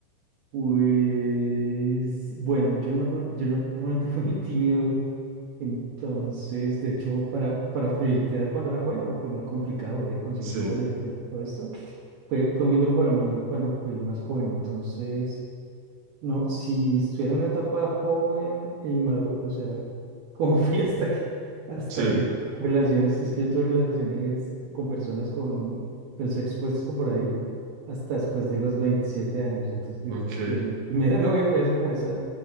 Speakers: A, on the right; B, on the right.
A: Pues bueno, yo, norma- yo normalmente <laughs> fui muy tímido Entonces, de hecho, para, para flirtear cuando era joven, no, fue muy complicado de conseguir
B: Sí,
A: novia, el tema, todo esto. Fue, fue muy duro para mí cuando fui más joven. Entonces, no, si estuviera en una etapa joven e inmaduro, o sea, <laughs> como fui hasta que, hasta
B: sí,
A: que tuve relaciones, es que yo tuve relaciones con personas con el sexo puesto por ahí hasta después de los 27 años. Entonces, digamos
B: ok,
A: que mi primera <laughs> novia fue hace como esa.